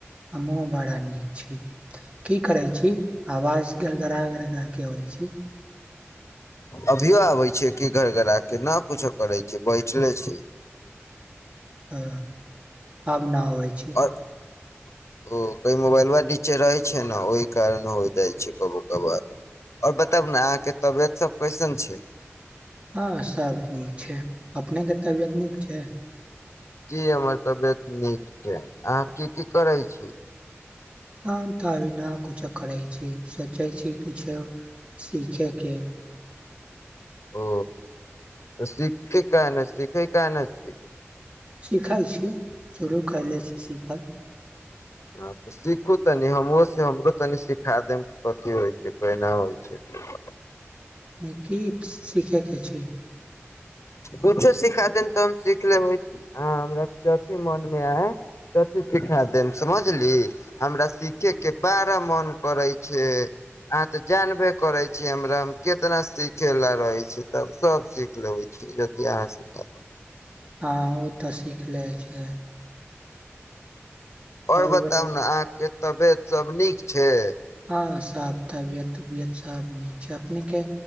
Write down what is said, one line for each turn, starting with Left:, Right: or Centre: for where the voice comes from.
Right: हमहूँ बड़ा नीक छी की करे छी आवाज घड़ - घड़ा घड़ - घड़ा के अबै छी
Left: अभियो आबे छै कि घर - घड़ा के न कुछो करे छै बैठले छी
Right: ओ अब न आबैय छै
Left: <inaudible> ओ कहि मोबाइलवा नीचे रहै छै नऽ ओहि कारण हो जाइ छै कबो कबो और बताब न अहाँ के तबियत सब कैसन छै
Right: हँ सब नीक छै अपनेके तबियत नीक छै
Left: जी हमर तबियत नीक छै अहाँ की की करे छी
Right: हम तऽ अभी न कुछो करै छी सोचै छी किछो सीखयके
Left: ओ तऽ सीखै कै नहि सीखै काहे न छिये
Right: सीखै छी शुरू कैलै छी सीखल
Left: हँ तऽ सीखू तनि हमहुँ से हमरो तनी सिखा देब कि कथी होइत छै केना होइ छै <unintelligible>
Right: अपने की सीखैके छै
Left: कछो सिखा देब तऽ हम सीख लेबै आ हमरा जथी मन मे आय तथी सिखा देम समझली हमरा सिखे के बड़ा मन करै छै अहाँ ते जानबे करे छियै हमरा मे केितना सिखे ला रहे छी तब सीख लेबै छीय जत अहाँ सिखा
Right: हँ ओ त सीख लै छै आओर
Left: और बताउ
Right: बत
Left: ने अहा के तबियत सब नीक छै
Right: हँ सब तबियत उबियत सब नीक छै अपने के